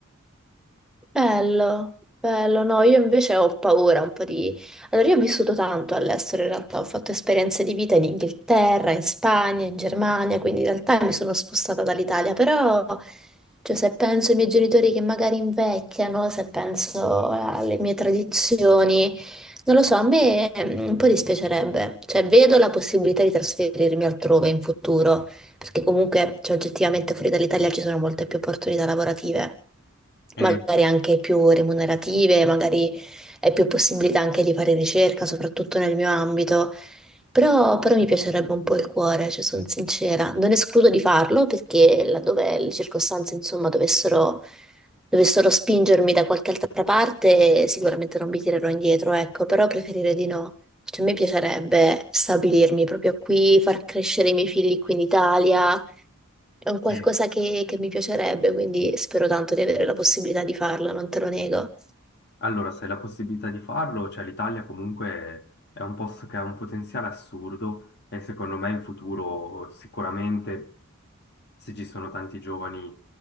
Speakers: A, in the centre; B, on the left.
A: Bello, bello, no, io invece ho paura un po' di... Allora, io ho vissuto tanto all'estero, in realtà ho fatto esperienze di vita in Inghilterra, in Spagna, in Germania, quindi in realtà mi sono spostata dall'Italia, però, cioè, se penso ai miei genitori che magari invecchiano, se penso alle mie tradizioni, non lo so, a me mm, un po' dispiacerebbe, cioè, vedo la possibilità di trasferirmi altrove in futuro perché comunque, cioè, oggettivamente fuori dall'Italia ci sono molte più opportunità lavorative,
B: Eh,
A: magari anche più remunerative, magari è più possibilità anche di fare ricerca, soprattutto nel mio ambito. Però, però mi piacerebbe un po' il cuore, cioè sono sincera. Non escludo di farlo perché laddove le circostanze, insomma, dovessero, dovessero spingermi da qualche altra parte, sicuramente non mi tirerò indietro, ecco, però preferire di no. Cioè, a me piacerebbe stabilirmi proprio qui, far crescere i miei figli qui in Italia. È un qualcosa
B: eh,
A: che, che mi piacerebbe, quindi spero tanto di avere la possibilità di farlo, non te lo nego.
B: Allora, se hai la possibilità di farlo, cioè l'Italia comunque è un posto che ha un potenziale assurdo e secondo me in futuro sicuramente se ci sono tanti giovani